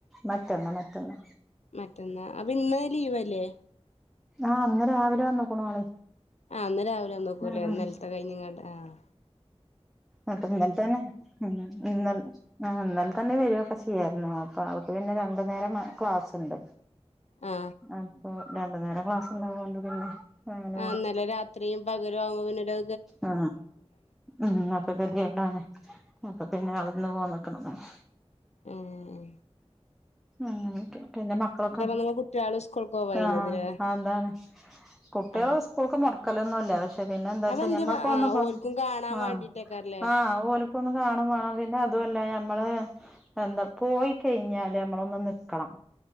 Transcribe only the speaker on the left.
മറ്റന്നാ അപ്പന്ന് ലീവല്ലേ?
ആഹ് ഇന്ന് രാവിലെ വന്നുക്കൂല്ലേ
ഇന്നൽത്തെ കയ്ഞ്ഞ്ങ്ങാണ്ട്. ആഹ്
ആ
ആഹ് ഇന്നല്ലെ രാത്രിം പകലാവുമ്പോ പിന്നൊരൊ
ഏഹ്
നിങ്ങളെ കുട്ട്യാള് സ്കൂൾക്ക് പോവായിന്നത്
ല്ലേ
ആ
അപ്പൊ എന്ത്യേ
ആ
ഓൽക്കും കാണാൻ
വേണ്ടിട്ടേക്കാരല്ലേ